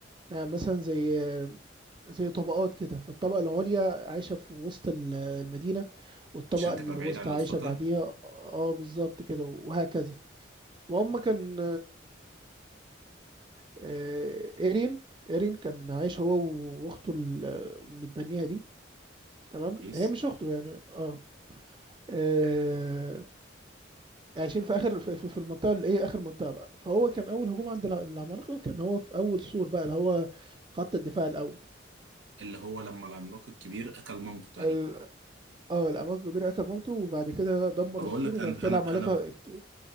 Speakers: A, on the right; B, on the right.
A: آه، مثلا زي زي طبقات كده فالطبقة العليا عايشة في وسط ال- المدينة والطبقة
B: عشان
A: الوسطى
B: تبقى بعيد عن الخطر
A: عايشة بعديها اه بالظبط كده وهكذا وهم كان آه، ايرين ايرين كان عايش هو واخته ال- المتبنية دي تمام
B: كويس
A: هي مش اخته يعني اه, آه عايشين في اخر في, في في المنطقه اللي ايه اخر منطقه بقى فهو كان اول هجوم عند الع- العمالقه كان هو في اول سور بقى اللي هو خط الدفاع الاول
B: اللي هو لما العملاق الكبير اكل مامته تقريبا
A: ال- اه العمالقه الكبيره اكل مامته وبعد كده دمر
B: فبقول
A: السور
B: لك
A: وبعد
B: انا
A: كده العمالقه
B: انا انا ب...
A: اكت...